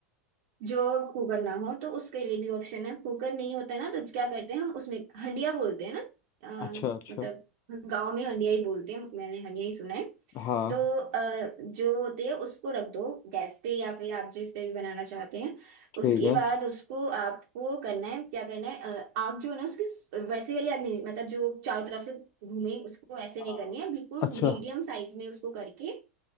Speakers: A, on the right; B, on the left.
A: जो कुकर ना हो तो उसके लिए भी ऑप्शन है कुकर नहीं होता है ना तो क्या करते हैं हम उसमें हंडिया बोलते हैं ना अ,
B: अच्छा अच्छा
A: मतलब गांव में हंडिया ही बोलते हैं मैंने हंडिया ही सुना है
B: हाँ
A: तो अ, जो होती है उसको रख दो गैस पे या फिर आप जिस पे भी बनाना चाहते हैं
B: ठीक
A: उसके
B: है
A: बाद उसको आपको करना है क्या करना है अ, आग जो है ना उसकी स- वैसे वाली आग नहीं मतलब जो चारों तरफ से घूमे उसको ऐसे
B: हाँ।
A: नहीं करनी है बिल्कुल
B: अच्छा
A: मीडियम साइज में उसको करके